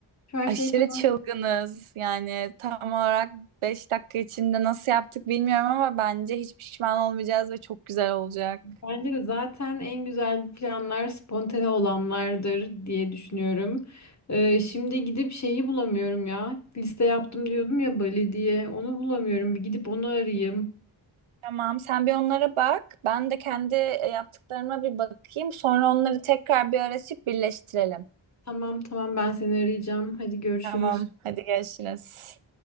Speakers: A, on the left; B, on the right.
A: Şu her
B: Aşırı
A: şey tamam.
B: çılgınız. Yani tam olarak 5 dakika içinde nasıl yaptık bilmiyorum ama bence hiç pişman olmayacağız ve çok güzel olacak.
A: Bence de zaten en güzel planlar spontane olanlardır diye düşünüyorum. Ee, şimdi gidip şeyi bulamıyorum ya. Liste yaptım diyordum ya Bali diye. Onu bulamıyorum. Bir gidip onu arayayım.
B: Tamam, sen bir onlara bak. Ben de kendi e, yaptıklarıma bir bakayım. Sonra onları tekrar bir arasıp birleştirelim.
A: Tamam tamam ben seni arayacağım. Hadi görüşürüz.
B: Tamam, hadi görüşürüz.